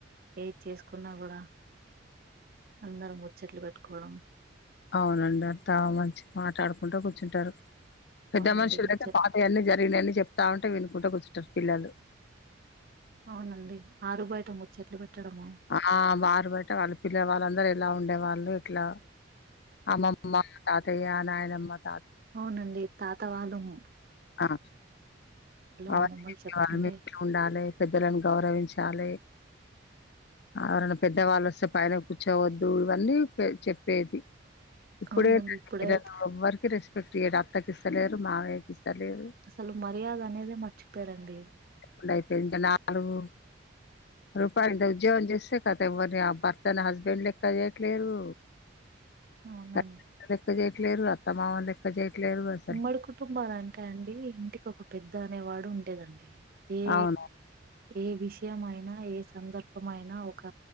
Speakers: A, on the right (about 50°); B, on the left (about 55°).
A: ఏది చేసుకున్నా కూడా అందరం ముచ్చట్లు పెట్టుకోవడం
B: అవును అండీ అత్తా మంచి మాట్లాడుకుంట కూర్చుంటరు పెద్ద
A: అవునండి
B: మనుషులు
A: ముచ్చట్లు
B: అయితే పాతయ్ అన్ని జరిగినయ్ అన్ని చెప్ తా ఉంటే వినుకుంట కూర్చుంటరు పిల్లలు
A: అవును అండీ ఆరు బయట ముచ్చట్లు పెట్టడము
B: ఆ వారు బయట వాళ్ళు పిల్ల వాళ్ళందరూ ఎలా ఉండే వాళ్ళు ఇట్లా అమ్మమ్మ తాతయ్య నాయనమ్మ తా
A: అవును అండీ తాత వాళ్ళము
B: అ అవును
A: అమ్మమ్మలు
B: అండీ
A: చెప్తుంటే
B: మనం ఇట్లా ఉండాలి పెద్దలను గౌరవించ్ చాలి ఎవరన్నా పెద్దవాళ్ళు వొస్తే పైన కూర్చోవొద్దు ఇవన్నీ పె చెప్పేది ఇప్పుడేటండి
A: అవునండి ఇప్పుడైతే
B: <unintelligible> ఎవ్వరికి రెస్పెక్ట్ ఇయడు అత్తకి ఇస్తలేరు మామయ్యకి ఇస్తలేరు
A: అసలు మర్యాద అనేదే మర్చిపోయరు అండీ
B: ఉండ అయిపోయింది ఇంగ నాలుగు రూపాయి ఉంటాయ్ ఉద్యోగం చేస్తే కథ ఎవరిని ఆ భర్తన హస్బెండ్ లెక్క చేయట్లేరు
A: అవును
B: తల్లిదండ్రులు
A: అండీ
B: లెక్క చెయట్లేడు అత్త మామ నీ లే క్కచాట్లేరు వల్
A: ఉమ్మడి కుటుంబాలు అంటే అండి ఇంటికి ఒక పెద్ద అనేవాడు ఉండేది అండీ ఏ
B: అవును
A: ఏ విషయం అయినా ఏ సందర్భ బమైన అయినా ఒక